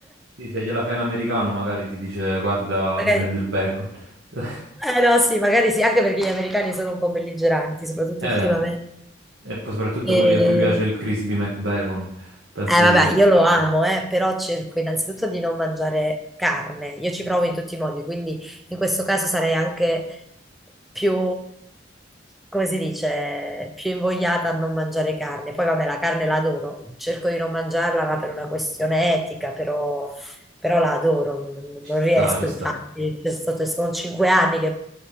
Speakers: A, on the right; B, in the centre.
A: Sì, se gliela fai in americano magari ti dice guarda
B: <laughs> Magari-
A: mi prendo il bacon. <laughs>
B: Eh no, sì, magari sì, anche perché gli americani sono un po' belligeranti, soprattutto
A: Eh,
B: ultimamente.
A: e poi soprattutto quelli
B: E-
A: a cui piace il crispy McBacon, penso
B: eh, vabbè,
A: che
B: io lo amo, eh, però cerco innanzitutto di non mangiare carne. Io ci provo in tutti i modi, quindi in questo caso sarei anche più, come si dice, più invogliata a non mangiare carne. Poi vabbè, la carne la adoro, cerco di non mangiarla, ma per una questione etica, però, però la adoro, non,
A: ci
B: non
A: sta,
B: riesco,
A: ci sta.
B: infatti. C'è stato- sono cinque anni che